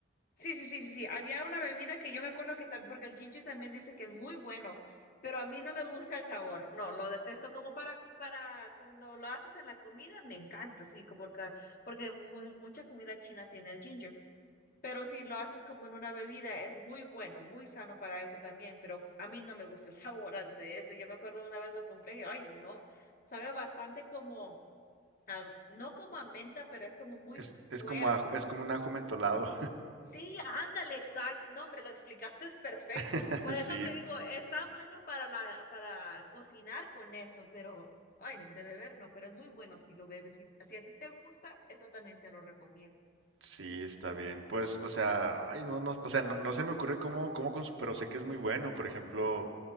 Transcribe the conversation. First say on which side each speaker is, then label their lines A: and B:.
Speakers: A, on the left; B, on the right.
A: Sí, sí, sí, sí, sí. Había una bebida que yo me acuerdo que también, porque el ginger también dice que es muy bueno, pero a mí no me gusta el sabor. No, lo detesto como para, para cuando lo haces en la comida, me encanta, sí, como porque, porque mu- mucha comida china tiene el ginger. Pero si lo haces como en una bebida, es muy bueno, muy sano para eso también, pero a mí no me gusta el <laughs> sabor a- de ese. Yo me acuerdo una vez lo compré, y, ay, no, sabe bastante como, a- no como a menta, pero es como muy
B: Es, es
A: fuerte
B: como ajo- es como un ajo mentolado,
A: Sí, ándale, exacto. No, hombre, lo explicaste es perfecto.
B: <laughs>
A: Por
B: sí,
A: eso te digo, está bueno para la, para cocinar con eso, pero, ay, de beber no, pero es muy bueno si lo bebes. Si, si a ti te gusta, eso también te lo recomiendo.
B: Sí, está bien. Pues, o sea, ay, no, no, o sea, no, no se me ocurre cómo, cómo con su- pero sé que es muy bueno. Por ejemplo,